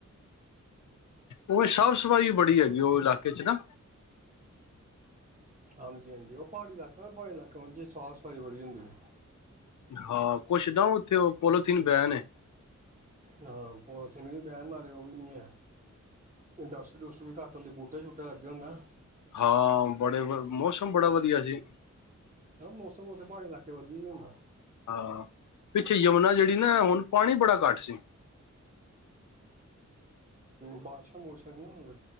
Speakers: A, on the left (about 80°); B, on the right (about 25°).
A: ਉਵੇ ਸਾਫ਼ ਸਫ਼ਾਈ ਬੜੀ ਹੈਗੀ ਉਹ ਇਲਾਕੇ 'ਚ ਨਾ
B: ਹਾਂਜੀ-ਹਾਂਜੀ ਉਹ ਪਹਾੜੀ ਇਲਾਕਾ- ਪਹਾੜੀ ਇਲਾਕਾ ਓਂਜੀ ਸਾਾਹ ਸਫਾਈ ਬੜੀ ਹੁੰਦੀ ਹੈ
A: ਹਾਂ ਕੁਛ ਨਾ ਉੱਥੇ ਉਹ ਪੋਲੀਥੀਨ ਬੈਨ‌ ਏ
B: ਹਾਂ ਪੋਲੀਥੀਨ ਵੀ ਬੈਣ ਨਾਲੇ ਉਹ ਵੀ ਨਹੀਂ ਹੈ ਇੰਡਸਟਰੀ ਇੰਡਸਟਰੀ ਵਿ ਘੱਟ ਹੁੰਦੀ ਬੂਟ ਝੂਟੇ ਲੱਗੇ ਹੁੰਦਾ
A: ਹਾਂ ਬੜੇ ਮੌਸਮ ਬੜਾ ਵਧੀਆ ਜੀ
B: ਮੌਸਮ ਉਥੇ ਪਹਾੜੀ ਇਲਾਕੇ ਵਧੀਆ ਹੀ ਹੁੰਦਾ
A: ਹਾਂ ਪਿੱਛੇ ਯਮੁਨਾ ਜਿਹੜੀ ਨਾ ਹੁਣ ਪਾਣੀ ਬੜਾ ਘੱਟ ਸੀ
B: ਬਾਰਸ਼ਾ ਬੂਰਸ਼ਅ ਨੀ ਹੋਈਯਾਂ